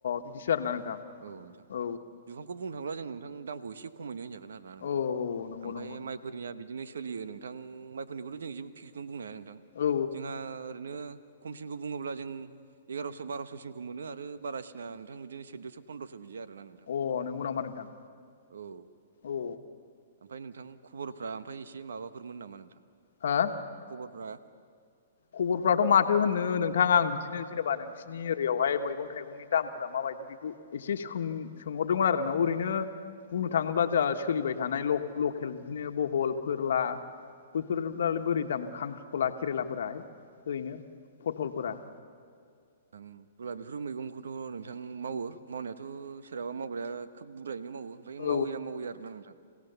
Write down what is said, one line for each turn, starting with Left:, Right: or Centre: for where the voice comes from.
Left: बिदिसो आरोना
Right: औ
Left: नोंथां
Right: औ नोंथां
Left: औ
Right: जुखामखौ बुंनो थाङोब्ला जों नोंथां दामखौ एसे खमैनो होनजागोन आरो नोंथां
Left: औ नंगौ
Right: ओमफ्राय
Left: नंगौ नंगौ
Right: माइखौ फोरनिया बिदिनो सोलियो नोंथां माइफोरनिखौथ' जों जेबो फिक्सखौनो बुंनो हाया नोंथां
Left: औ
Right: जोंहा ओरैनो खमसिनखौ बुङोब्ला जों एगार'स' बार'स'सिमखौ मोनो आरो बारासिना नोंथां बिदिनो सैद'स' पन्द्र'स' बिदि आरो ना नोंथां
Left: अ नोंगौ नामा नोंथां
Right: औ
Left: औ
Right: ओमफ्राय नोंथां खबरफ्रा ओमफ्राय एसे माबाफोरमोन नामा नोंथां
Left: हा
Right: खबरफ्रा
Left: खबरफ्राथ' माथो होननो नोंथां आं बिदिनो जेनेबा नोंसिनि एरिया यावहाय मैगं थाइगंनि दामफोरा माबायदि बेखौ एसे सों सोंहरदोंमोन आरो नोंनाव ओरैनो बुंनो थाङोब्ला जोंहा सोलिबाय थानाय ल' लकेल बिदिनो बहल फोरला बैफोरालाय बोरै दाम खांख्रिखला खेरेला फोराहाय ओरैनो फतलफोरा
Right: ओं अब्ला बेफोर मैगंखौथ' नोंथां मावो मावनायाथ' सोरहाबा मावग्राया खोब बुरजायैनो मावो बै
Left: औ
Right: मावैया मावै आरोना नोंथां